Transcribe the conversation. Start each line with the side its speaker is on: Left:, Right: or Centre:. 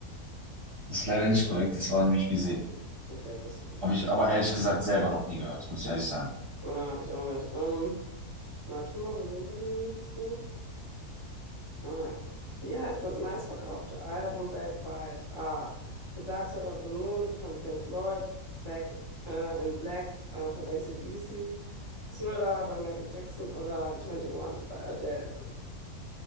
Right: Das ist leider nicht korrekt, das war nämlich Bizet.
Left: Okay, wusste ich auch nicht.
Right: Habe ich aber ehrlich gesagt selber noch nie gehört, muss ich ehrlich sagen.
Left: Ja, ich auch nicht. Ähm, warte mal, wo sind wir denn jetzt hier? Ah ja. Wie heißt das meistverkaufte Album weltweit? A. The Dark Side of the Moon von Pink Floyd, Back äh, in Black äh, von AC/DC, Thriller bei Michael Jackson oder 21 bei Adele.